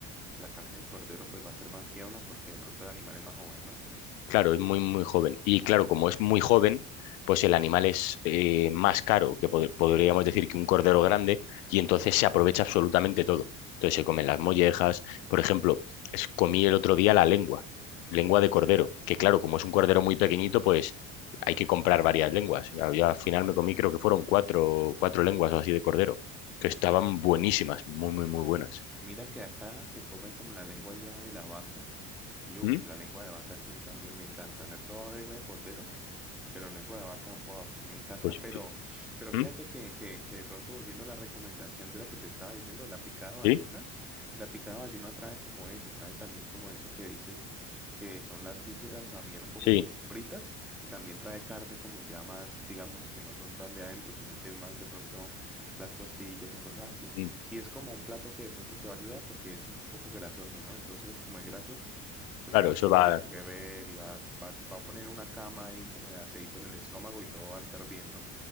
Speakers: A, in the centre; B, on the left (about 80°).
A: la carne de cordero pues va a ser más tierna porque de pronto el animal es más joven, ¿no?
B: Claro, es muy, muy joven. Y claro, como es muy joven, pues el animal es eh, más caro que pod- podríamos decir que un cordero grande y entonces se aprovecha absolutamente todo. Entonces se comen las mollejas. Por ejemplo, es- comí el otro día la lengua, lengua de cordero, que claro, como es un cordero muy pequeñito, pues hay que comprar varias lenguas. Yo al final me comí, creo que fueron cuatro, cuatro lenguas o así de cordero, que estaban
A: M-
B: buenísimas, muy, muy, muy buenas.
A: Mira que acá se come como la lengua ya de la vaca y uff,
B: ¿Mm?
A: la lengua de vaca sí también me encanta. No he probado lengua de cordero, Pero lengua de vaca, bof, sí me encanta.
B: Pues,
A: Pero, pero
B: ¿mm?
A: fíjate que, que, que de pronto volviendo a la recomendación de la que te estaba diciendo, de la picada bayuna,
B: ¿Sí?
A: la picada bayuna trae como eso, trae también como eso que dices que son las vísceras también un poco
B: Sí.
A: como fritas y también trae carne como ya más, digamos, que no son tan de adentro, sino que es más de pronto las costillas o cosas así.
B: Mm.
A: Y es como un plato que de pronto te va a ayudar porque es un poco grasoso, ¿no? Entonces, como es grasoso pues
B: Claro,
A: te va a permitir
B: eso va.
A: que beber y va, vas- va a poner una cama ahí como de aceite en el estómago y todo va a estar bien, ¿no?